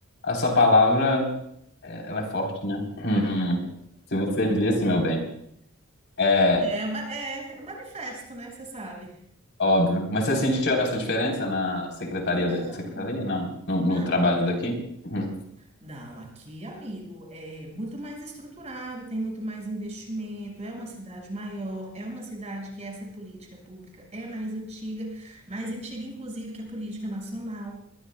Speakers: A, on the left; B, on the right.
A: essa palavra, é, ela é forte, né? Uhum. Se você disse, meu bem. É.
B: É, uma- é, é um manifesto, né? Você sabe.
A: Óbvio. Mas você sentiu essa diferença na secretaria?
B: Então,
A: da- Secretaria? Não. No,
B: não.
A: no trabalho daqui? Hum.
B: Não, aqui, amigo, é muito mais estruturado, tem muito mais investimento, é uma cidade maior, é uma cidade que essa política pública é mais antiga, mais antiga, inclusive, que a política nacional.